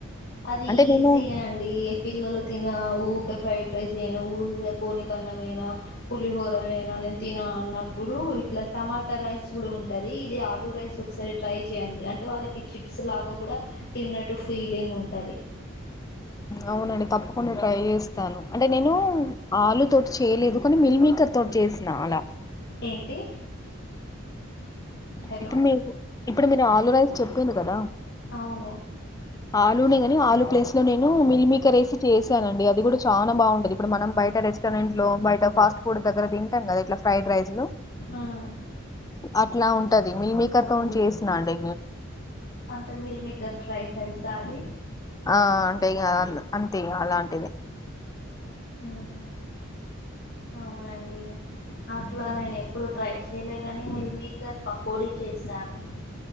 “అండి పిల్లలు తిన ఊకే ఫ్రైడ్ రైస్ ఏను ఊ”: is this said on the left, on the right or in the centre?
Left